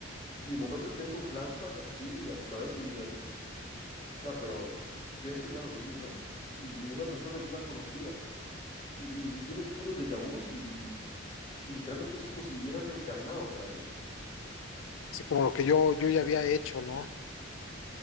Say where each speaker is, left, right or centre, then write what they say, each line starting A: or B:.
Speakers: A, on the left; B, on the left.
A: y de momento tenga un flashback así a tu cabeza y digas, no, pero yo esto ya lo viví, ¿no? Y, y esa persona yo la conocía. Y, y tienes puros déjà vus y, y literalmente es como si hubiera reencarnado otra vez.
B: Así como lo que yo, yo ya había hecho, ¿no?